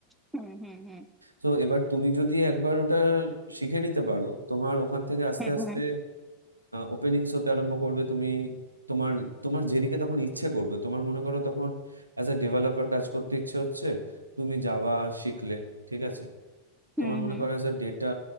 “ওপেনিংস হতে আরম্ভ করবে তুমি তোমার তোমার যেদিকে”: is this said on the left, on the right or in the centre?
Right